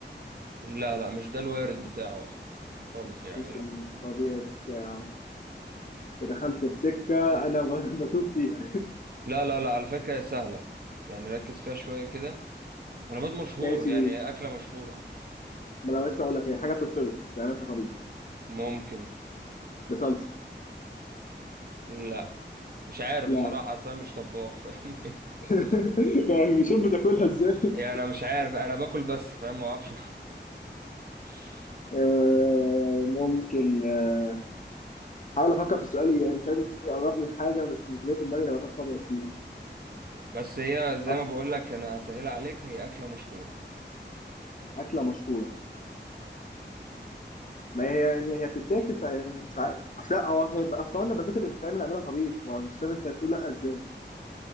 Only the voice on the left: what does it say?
مش
الطبيعي بتاعه انت دخلت في سكة أنا ب- بتوه فيها
<laughs> ماشي
ما أنا لسه أقول لك هي حاجة بتطبخ تعملها أنت طبيخ
بصلصة
لا
<laughs> يعني بشوف بتاكلها إزاي
<laughs>
آه، ممكن آه، حاول أفكر في سؤالي يعني فاهم يقربني حاجة بس مش جاي في دماغي نباتات خضرا كتير
أصل
أكلة مشهورة ما هي يعني هي بتتاكل فمش عارف أصل لا هو هيبقى أصلا النباتات اللي بتتعمل أعملها طبيخ ما مش فاهم أنت هتقول لا إزاي